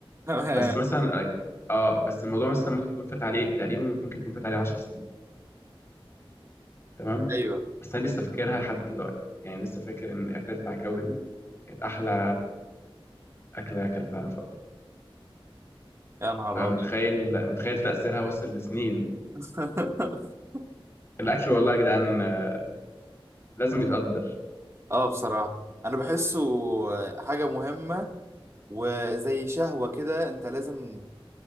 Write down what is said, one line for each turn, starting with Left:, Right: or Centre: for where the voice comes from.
Right: آه.
Left: بس مثلا اه بس الموضوع مثلا ممكن يكون فات عليه تقريبا ممكن يكون فات عليه 10 سنين تمام
Right: <laughs> ايوه
Left: بس انا لسه فاكرها لحد دلوقتي يعني لسه فاكر ان اكلة العكاوي دي كانت احلى اكلة اكلتها في وقتها
Right: يا نهار
Left: فمتخيل
Right: ابيض
Left: متخيل تأثيرها وصل لسنين
Right: <laughs>
Left: الاكل والله يا جدعان آه، لازم يتقدر
Right: اه بصراحة انا بحسه حاجة مهمة وزي شهوة كده انت لازم